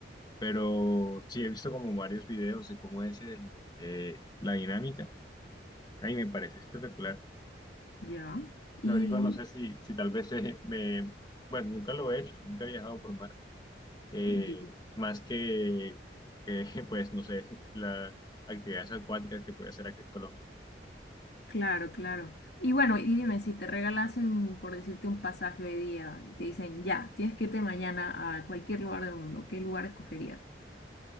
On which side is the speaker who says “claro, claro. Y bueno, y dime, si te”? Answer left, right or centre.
Left